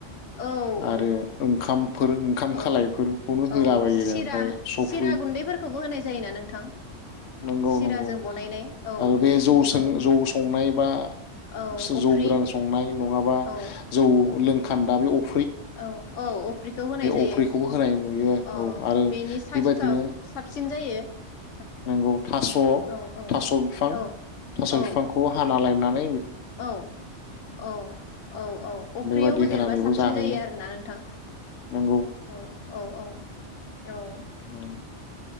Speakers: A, on the left; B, on the left.
A: औ
B: आरो
A: औ
B: ओंखामफोर ओंखाम
A: औ
B: खालायफोरखौनो होलाबायो
A: औ सिरा
B: ओमफ्राय सफै
A: सिरा गुन्दैफोरखौबो होनाय जायोना नोंथां
B: नंगौ
A: सिराजों
B: नंगौ
A: बनायनाय औ
B: आरो बे जौ सों
A: औ
B: जौ संनाय बा
A: औ
B: सो-जौ
A: अफ्रि
B: गोरान संनाय नङाबा
A: औ
B: जौ लों। खान्दा बे अ
A: औ औ अफ्रिखौ होनाय जायो
B: अफ्रिखौबो होनाय नुयो
A: औ
B: आरो
A: बेनि साइसथ'आ
B: बेबायदिनो
A: साबसिन जायो। <inaudible>
B: नंगौ थास'
A: औ औ
B: थास' बिफां
A: औ
B: थास'
A: औ
B: बिफांखौ हाना लायनान। नै।
A: औ औ औ औ अफ्रियाव
B: बेबायदि
A: होदेरबा
B: होनानैबो
A: साबसिन
B: जाहोयो
A: जायो आरोना नोंथां
B: नंगौ
A: औ औ औ। औ
B: उम।